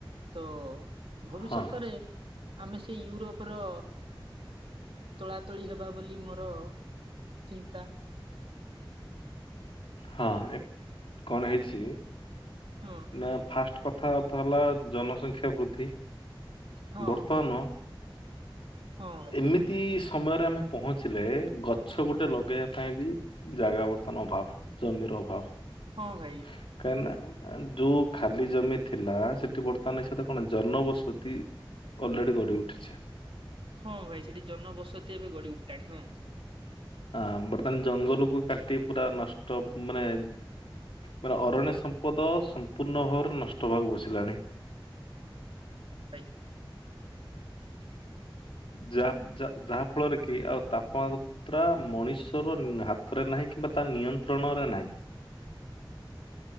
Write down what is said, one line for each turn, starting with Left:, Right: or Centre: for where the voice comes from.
Right: ତ ଭବିଷ୍ୟତରେ
Left: ହଁ
Right: ଆମେ ସେ ୟୁରୋପର ତୋଳା ତୋଳି ହେବା ବୋଲି ମୋର ଚିନ୍ତା
Left: ହଁ କଣ ହେଇଛି?
Right: ହଁ।
Left: ନା ଫାଷ୍ଟ କଥା ତ ହେଲା ଜନସଂଖ୍ୟା ବୃଦ୍ଧି
Right: ହଁ
Left: ବର୍ତ୍ତମାନ।
Right: ହଁ ଭାଇ
Left: ଏମିତି ପ୍ରତି ସମୟରେ ଆମେ ପହଞ୍ଚିଲେ ଗଛ ଗୋଟେ ଲଗେଇବା ପାଇଁ ବି ଜାଗା ବର୍ତ୍ତନ ଅଭାବ। ଜମିର ଅଭାବ।
Right: ହଁ ଭାଇ।
Left: <unintelligible> ଯୋଉ ଖାଲି ଜମି ଥିଲା ସେଠି ବର୍ତ୍ତମାନ ଏ ସତ କଣ ଜନବସତି। ଅଲରେଡି ଗଢି ଉଠିଛି।
Right: ହଁ ଭାଇ ସେଠି ଜନବସତି ଏବେ ଗଡି ଉଠିଲାଣି ହଁ।
Left: ହଁ ବର୍ତ୍ତମାନ ଜଙ୍ଗଲକୁୁ କାଟି ପୁରା ନଷ୍ଟ ମାନେ ମାନେ ଅରଣ୍ୟ ସମ୍ପଦ ସମ୍ପୂର୍ଣ୍ଣ ଭାବରେ ନଷ୍ଟ ହେବାକୁ ବସିଲାଣି।
Right: ଭା <unintelligible>
Left: ଯା ଯାହା ଫଳରେ କି ଆଉ ତାପମା୍ ୍ରା ମଣିଷର ହାତରେ ନାହିଁ କିମ୍ବା ତା ନିୟନ୍ତ୍ରଣରେ ନାହିଁ।